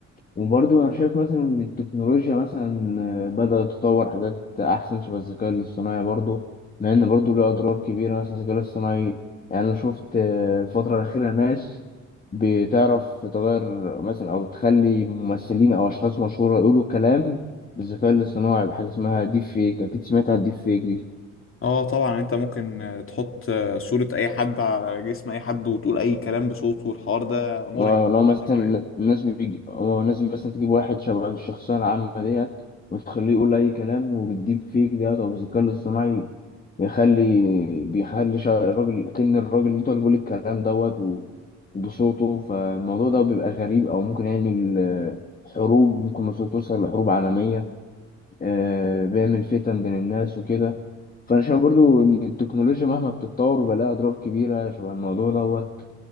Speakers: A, on the left; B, on the left.
A: وبرضه أنا شايف مثلا إن التكنولوجيا مثلا آه، بدأت تطور حاجات أحسن شبه الذكاء الاصطناعي برضه مع إن برضه له أضرار كبيرة مثلا الذكاء الاصطناعي يعني أنا شفت آه، الفترة الأخيرة ناس بتعرف تغير مثلا أو تخلي ممثلين أو أشخاص مشهورة يقولوا كلام بالذكاء الاصطناعي بحاجة اسمها ديب فيك أكيد سمعت عن الديب فيك دي
B: اه طبعا انت ممكن آه، تحط آه، صورة اي حد على جسم اي حد وتقول اي كلام بصوته والحوار ده مرعب
A: آه، لو مثلا
B: الحوار ده مرعب
A: الناس بيجي أو الناس مثلا تجيب واحد شبه الشخصية العامة ديت وتخليه يقول أي كلام وبالديب فيك ده أو بالذكاء الاصطناعي بيخلي بيخلي شع- الراجل كأن الراجل اللي طالب بيقول الكلام دوت و- وبصوته فالموضوع ده بيبقى غريب أو ممكن يعمل آه، حروب ممكن مثلا توصل لحروب عالمية آه، بيعمل فتن بين الناس وكده فأنا شايف برضو إن التكنولوجيا مهما بتتطور بيبقى لها أضرار كبيرة شبه الموضوع دوت